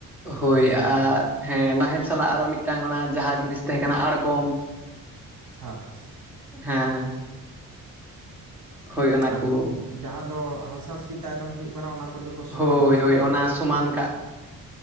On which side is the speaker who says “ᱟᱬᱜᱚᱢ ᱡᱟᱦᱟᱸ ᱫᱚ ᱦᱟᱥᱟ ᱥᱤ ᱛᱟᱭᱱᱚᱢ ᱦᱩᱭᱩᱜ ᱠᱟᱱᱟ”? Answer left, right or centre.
Right